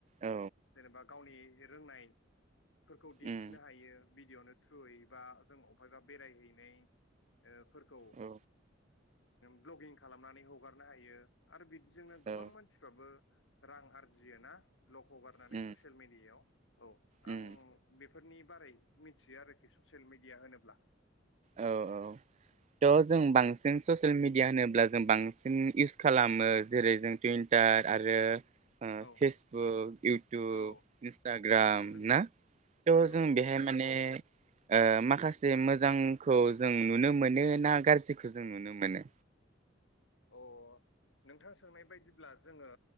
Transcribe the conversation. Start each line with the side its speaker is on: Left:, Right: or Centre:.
Right: औ
Left: जेनेबा गावनि बे रोंनाय फोरखौ दिन्थिनो
Right: उम
Left: हायो भिडिअनि थ्रुयै बा जों अफायबा बेराय हैनाय फोरखौ
Right: औ
Left: ब्लगिं खालामनानै हगारनो हायो आरो बिदि जोंनो
Right: औ
Left: गोबां मानसिफ्राबो रां आरजियो ना ब्लक हगारनानै
Right: उम
Left: ससियेल मिडियायाव औ
Right: उम
Left: आं बेफोरनि बारै मिथियो आरोखि ससियेल मिडिया होनोब्ला
Right: औ औ त जों बांसिन
Left: औ
Right: ससियेल मिडिया होनोब्ला जों बांसिन इउस खालामो जेरै जों टुइन्टार आरो ओ
Left: औ
Right: फेसबुक इउटुब
Left: औ
Right: इन्सटाग्राम
Left: औ नंगौ
Right: ना त'
Left: नंगौ
Right: जों
Left: औ
Right: बेहाय माने ओ माखासे मोजां खौ जों नुनो मोनो ना गारजिखौ जों नुनो मोनो
Left: अ नोंथां सोंनाय बायदिब्ला जोङो